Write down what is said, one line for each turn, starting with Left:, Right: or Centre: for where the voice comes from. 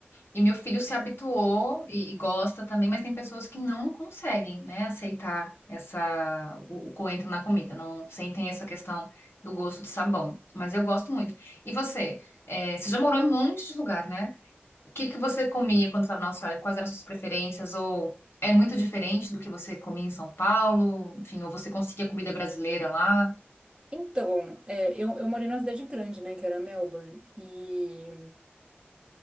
Left: E meu filho se habituou e, e gosta também, mas tem pessoas que não conseguem, né, aceitar essa, o, o coentro na comida, não sentem essa questão do gosto de sabão. Mas eu gosto muito. E você? É, você já morou em um monte de lugar, né? O que que você comia quando estava na Austrália? Quais eram as suas preferências? Ou é muito diferente do que você comia em São Paulo? Enfim, ou você conseguia comida brasileira lá?
Right: Então, é, eu, eu morei numa cidade grande, né, que era Melbourne. E,